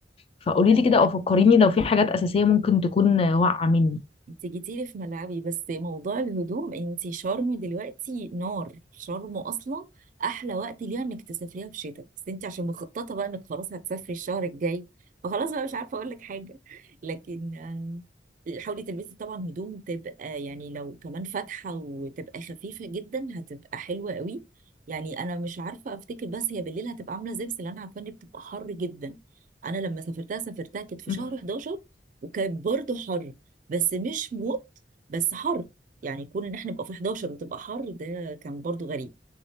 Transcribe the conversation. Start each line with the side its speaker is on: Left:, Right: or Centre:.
Left: فقولي
Right: لا
Left: لي
Right: لا
Left: كده
Right: لا
Left: او فكريني لو في حاجات اساسية ممكن تكون آه، واقعة مني
Right: انت جيتيلي في ملعبي بس موضوع الهدوم انت شرم دلوقتي نار شرم اصلا احلى وقت ليها انك تسافريها في شتاء بس انت عشان مخططه بقى انك خلاص هتسافري الشهر الجاي فخلاص بقى مش عارفه اقول لك حاجه لكن آه، حاولي تلبسي طبعا هدوم تبقى يعني لو كمان فاتحه وتبقى خفيفه جدا هتبقى حلوه قوي يعني انا مش عارفه افتكر بس هي بالليل هتبقى عامله زي بس اللي انا عارفه ان بتبقى حر جدا انا لما سافرتها سافرتها كانت في
Left: مم.
Right: شهر 11 وكان برضه حر بس مش موت بس حر يعني يكون ان احنا نبقى في 11 وتبقى حر ده كان برضو غريب